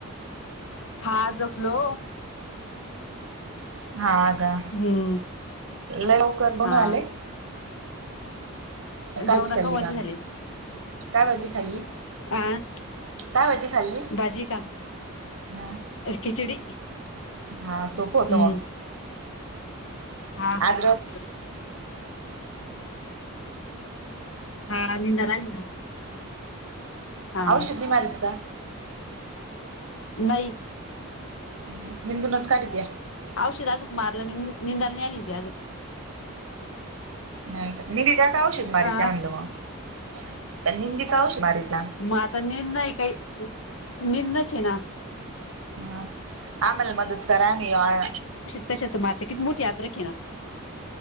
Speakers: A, on the left (about 65°); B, on the right (about 65°).
A: हा जखलो
B: हा गा
A: हम्म
B: लवकर बनू
A: हा
B: आले. कायची
A: जेवण
B: खाल्ली
A: कवाची
B: का
A: झाली
B: काय वेळची खाल्ली?
A: आ
B: काय भाजी खाल्ली
A: भाजी का
B: म.
A: खिचडी.
B: हा सोप
A: हम्म
B: होतं म
A: हा
B: <unintelligible>
A: सोपच
B: ह
A: होत हा निंदर आली ना. हा
B: औषद्ध बी मारीते का?
A: नाही
B: हम्म निंदुनच काडित्या.
A: औषध अजूक मारला नी न निदानली ती आजूक.
B: नाही का मी ति त्या काय आवशक मारीत्या
A: अ
B: म्हणलं मग निंदी का आवशक मारीत.
A: मग आता निंद आहे काही निंदच आहे ना.
B: हा आम्हाला मदत करा मी. <unintelligible>
A: त्याश तर मार किती मोठी अद्रेक हे ना.